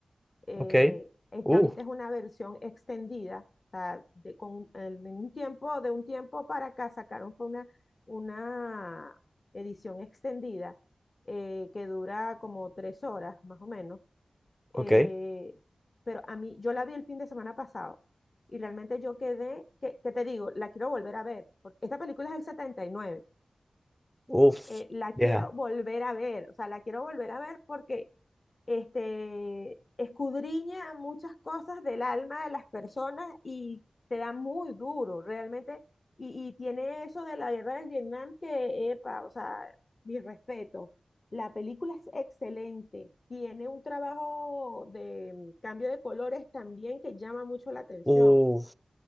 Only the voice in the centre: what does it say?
ok.
Uf,
ok.
Uf,
vieja.
Uf.